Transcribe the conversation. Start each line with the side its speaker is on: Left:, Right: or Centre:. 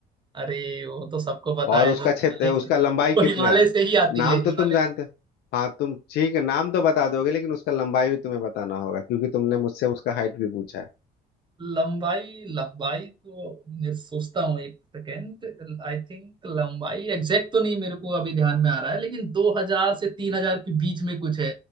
Right: अरे वो तो सबको पता
Left: और
Right: है
Left: उसका
Right: जो हिमालय
Left: क्षेत्र उसका
Right: के
Left: लंबाई
Right: वो
Left: कितना
Right: हिमालय
Left: है
Right: से ही आती
Left: नाम
Right: है
Left: तो
Right: हिमालय
Left: तुम जानते
Right: के
Left: हो हाँ तुम ठीक है नाम तो बता दोगे लेकिन उसका लंबाई भी तुम्हें बताना होगा क्योंकि तुमने मुझसे उसका हाइट भी पूछा है
Right: लंबाई लंबाई तो मैं सोचता हूँ एक सेकेंड आई थिंक लंबाई एग्जैक्ट तो नहीं मेरे को अभी ध्यान में आ रहा है लेकिन 2000 से 3000 के बीच में कुछ है